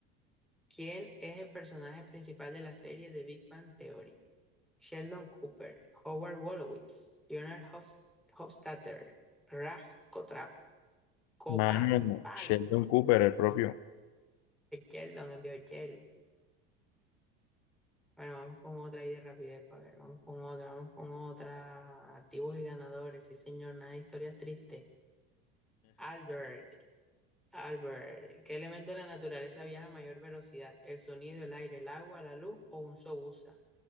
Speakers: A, in the centre; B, on the left.
A: ¿Quién es el personaje principal de la serie de Big Bang Theory? Sheldon Cooper, Howard Wolowitz, Leonard Hofs- Hofstadter, Raj Kotrap, Kopapali.
B: Mano, Sheldon Cooper, el propio.
A: El Sheldon, el viejo Sheldon. Bueno, vamos con otra ahí de rapidez, para ver, vamos con otra, vamos con otra. Activos y ganadores, sí señor, nada de historias tristes. Albert, Albert, ¿qué elemento de la naturaleza viaja a mayor velocidad? ¿El sonido, el aire, el agua, la luz o un sobusa?